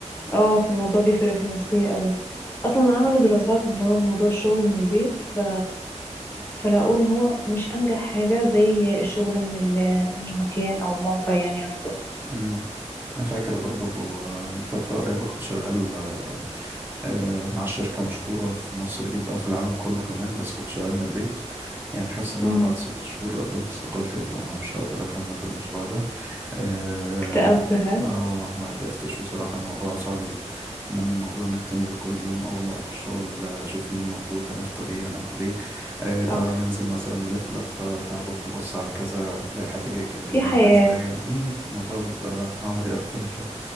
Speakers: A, on the left; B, on the right.
A: اه في الموضوع بيفرق في النفسية قوي أصلا عملوا دراسات اللي هو الموضوع الشغل من البيت ف... فلقوا إن هو مش أنجح حاجة زي الشغل من ال... من المكان أو الموقع يعني نفسه
B: امم انا فاكر برضو آه، من فترة قريبة كنت شغال آه، آه، مع شركة مشهورة في مصر جدا او في العالم كله كمان بس كنت شغال من البيت يعني حاسس ان
A: امم
B: انا بعد ست شهور قدمت استقالتي قلت أنا مش هقدر اكمل في المشروع ده اه
A: اكتئبتها
B: آه، ما قدرتش بصراحة الموضوع صعب جدا انما الموضوع انك تنزل كل يوم اول ما اروح الشغل آه، اشوف مين موجود هنفطر ايه هناكل ايه آه تعالوا
A: صح
B: ننزل مثلا نلف لفة تعالوا نروح نبص على كذا الاقي حد جاي يكلمني
A: في حياة
B: عايز حاجة مم، الموضوع بيبقى عملي اكتر من كده